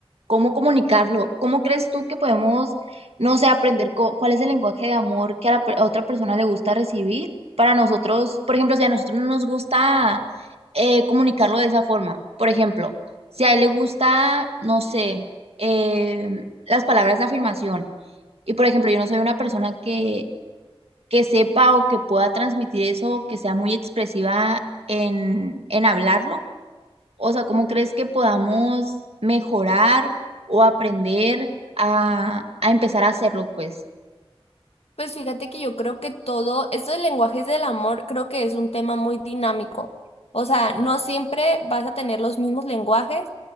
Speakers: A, on the right (about 80°); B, on the left (about 85°).
A: cómo comunicarlo, ¿cómo crees tú que podemos, no sé, aprender co- cuál es el lenguaje de amor que a, la per- a otra persona le gusta recibir? Para nosotros, por ejemplo, si a nosotros no nos gusta eh, comunicarlo de esa forma, por ejemplo, si a él le gusta, no sé, eh, las palabras de afirmación, y por ejemplo, yo no soy una persona que, que sepa o que pueda transmitir eso, que sea muy expresiva en, en hablarlo. O sea, ¿cómo crees que podamos mejorar o aprender a, a empezar a hacerlo, pues?
B: Pues fíjate que yo creo que todo, esto de lenguajes del amor, creo que es un tema muy dinámico. O sea, no siempre vas a tener los mismos lenguajes